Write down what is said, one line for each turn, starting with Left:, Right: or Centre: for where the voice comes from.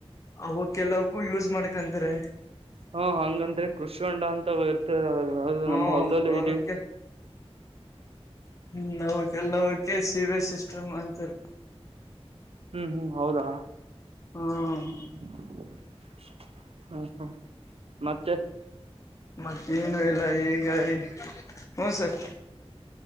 Left: ಅವ ಕೆಲವಕ್ಕೂ ಯೂಸ್ ಮಾಡ್ಕಂತಾರೆ.
Right: ಹಾ ಹಂಗಂದ್ರೆ ಕೃಷಿ ಹೊಂಡಾ ಅಂತ ಇರ್ತದೆ ಅದು
Left: ಹ್ಮ
Right: ನಮ್ಮ ಹೊಲ್ದಲ್ಲೇ ಇದೆ.
Left: ಅವಕ್ಕೆ ಹ್ಮ್ ನಕೆಲ್ಲ ಕೆ ಸಿಬ ಸಿಸ್ಟಮ್ ಅಂತರಿ
Right: ಹ್ಮ್ ಹ್ಮ್ ಹೌದಾ
Left: ಹ್ಮ
Right: <unintelligible> ಹ್ಮ ಹ್ಮ್ ಮತ್ತೆ
Left: ಮತ್ತ ಏನು ಇಲ್ಲ ಈಗ <inaudible> ಈ ಹ್ನ್ ಸರ್